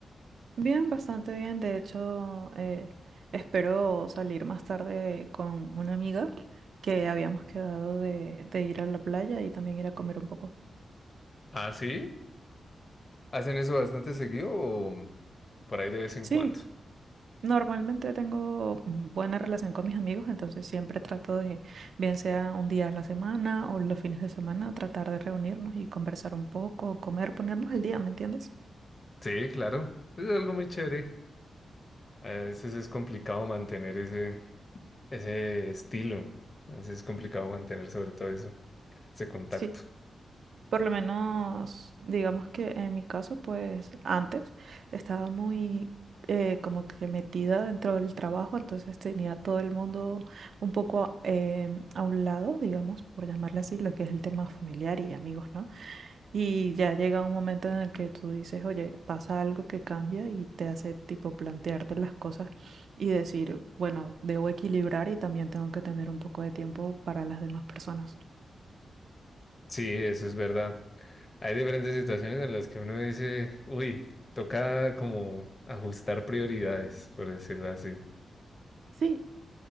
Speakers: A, on the right; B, on the left.
A: Bien, bastante bien. De hecho, eh, espero salir más tarde con una amiga que habíamos quedado de, de ir a la playa y también ir a comer un poco.
B: ¿Ah, sí? ¿Hacen eso bastante seguido o por ahí de vez en
A: Sí,
B: cuando?
A: normalmente tengo mm, buena relación con mis amigos, entonces siempre trato de, bien sea un día a la semana o los fines de semana, tratar de reunirnos y conversar un poco, comer, ponernos al día, ¿me entiendes?
B: Sí, claro. Es algo muy chévere. A veces es complicado mantener ese, ese estilo. A veces es complicado mantener sobre todo eso, ese contacto.
A: Sí. Por lo menos, digamos que en mi caso, pues antes estaba muy eh, como que metida dentro del trabajo, entonces tenía todo el mundo un poco eh, a un lado, digamos, por llamarle así, lo que es el tema familiar y amigos, ¿no? Y ya llega un momento en el que tú dices, oye, pasa algo que cambia y te hace tipo plantearte las cosas y decir, bueno, debo equilibrar y también tengo que tener un poco de tiempo para las demás personas.
B: Sí, eso es verdad. Hay diferentes situaciones en las que uno dice, uy, toca como ajustar prioridades, por decirlo así.
A: sí